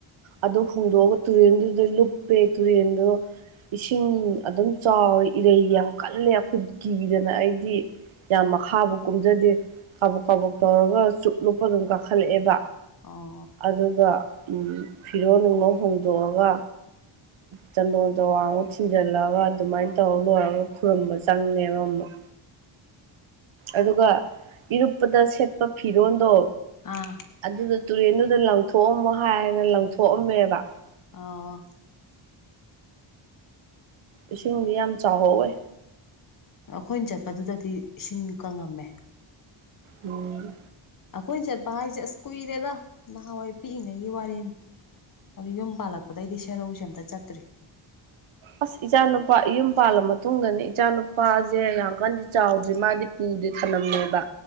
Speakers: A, on the right (about 75°); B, on the left (about 40°).
A: ꯑꯗꯨ ꯍꯣꯡꯗꯣꯛꯑꯒ ꯇꯨꯔꯦꯟꯗꯨꯗ ꯂꯨꯞꯄꯦ ꯇꯨꯔꯦꯟꯗꯣ ꯏꯁꯤꯡ ꯑꯗꯨꯝ ꯆꯥꯎꯋꯤ ꯏꯔꯩ ꯌꯥꯝ ꯀꯜꯂꯦ ꯑꯩꯈꯣꯏꯗꯤ ꯀꯤꯗꯅ ꯑꯩꯗꯤ ꯌꯥꯝ ꯃꯈꯥꯕꯨ ꯀꯨꯝꯖꯗꯦ ꯀꯥꯕꯛ ꯀꯥꯕꯛ ꯇꯧꯔꯒ ꯆꯨꯞ ꯂꯨꯞꯄ ꯑꯗꯨꯝ ꯀꯥꯈꯠꯂꯛꯑꯦꯕ
B: ꯑꯣ
A: ꯑꯗꯨꯒ ꯐꯤꯔꯣ ꯅꯨꯡꯅꯣ ꯍꯣꯡꯗꯣꯛꯑꯒ ꯆꯟꯗꯣꯟ ꯆꯋꯥꯡꯃꯨꯛ ꯊꯤꯟꯖꯜꯂꯒ ꯑꯗꯨꯃꯥꯏꯅ ꯇꯧꯔ ꯂꯣꯏꯔꯒ ꯈꯨꯔꯨꯝꯝꯕ ꯆꯪꯉꯦꯕ ꯑꯃꯨꯛ ꯑꯗꯨꯒ ꯏꯔꯨꯞꯄꯗ ꯁꯦꯠꯄ ꯐꯤꯔꯣꯟꯜꯗꯣ
B: ꯑꯥ
A: ꯑꯗꯨꯗ ꯇꯨꯔꯦꯟꯗꯨꯗ ꯂꯪꯊꯣꯛꯑꯝꯃꯣ ꯍꯥꯏꯅ ꯂꯪꯊꯣꯛꯑꯝꯃꯦꯕ
B: ꯑꯥ
A: ꯏꯁꯤꯡꯗꯤ ꯌꯥꯝ ꯆꯥꯎꯍꯧꯋꯦ
B: ꯑꯩꯈꯣꯏꯅ ꯆꯠꯄꯗꯨꯗꯗꯤ ꯏꯁꯤꯡ ꯀꯪꯉꯝꯃꯦ
A: ꯎ
B: ꯑꯩꯈꯣꯏꯅ ꯆꯠꯄ ꯍꯥꯏꯁꯦ ꯑꯁ ꯀꯨꯏꯔꯦꯗ ꯅꯍꯥꯟꯋꯥꯏ ꯄꯤꯛꯏꯉꯩꯒꯤ ꯋꯥꯔꯤꯅꯤ ꯑꯗꯨ ꯌꯨꯝ ꯄꯥꯜꯂꯛꯄꯗꯩꯗꯤ ꯁꯦꯔꯧꯁꯦ ꯑꯝꯇ ꯆꯠꯇ꯭ꯔꯤ
A: ꯑꯁ ꯏꯆꯥꯅꯨꯄꯥ ꯌꯨꯝ ꯄꯥꯜꯂ ꯃꯇꯨꯡꯗꯅꯤ ꯏꯆꯥꯅꯨꯄꯥꯁꯦ ꯌꯥꯝ ꯀꯟꯗꯤ ꯆꯥꯎꯗ꯭ꯔꯤ ꯃꯥꯗꯤ ꯄꯨꯗꯦ ꯊꯝꯂꯝꯃꯦꯕ